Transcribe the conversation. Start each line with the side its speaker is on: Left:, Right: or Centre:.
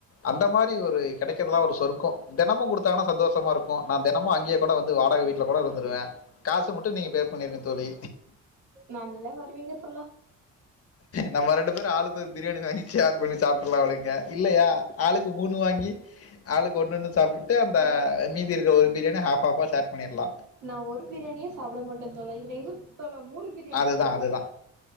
Left: அந்த மாரி ஒரு கிடைக்கதெலா ஒரு சொர்க்க தெனமு குடுத்தாங்கன்னா சந்தோஷமா இருக்கு நா தினமு அங்கே கூட வந்து வாடக வீட்ல கூட இருந்துருவே காசு மட்டும் நீங்க பே பண்ணிருங்க தோழி
Right: நல்ல வருவீங்க தோழா
Left: நம்ம ரெண்டு பேரு ஆளுக்கொரு பிரியாணி வாங்கி சேர் பண்ணி சாப்ட்ரலா விடுங்க இல்லையா ஆளுக்கு மூணு வாங்கி ஆளுக்கு ஒன்னு ஒன்னு சாப்பிட்டு அந்த
Right: தோழா
Left: மீதி இருக்கிற ஒரு பிரியாணிய ஹாஃப் ஹாஃப்பா ஷேர் பண்ணிரலா
Right: நா ஒரு பிரியாணியே சாப்பிடமுடில்ல தோழா இதுல எங்க தோழா மூணு பிரியாணிக்கு
Left: அதுதா
Right: போறீங்க
Left: அதுதா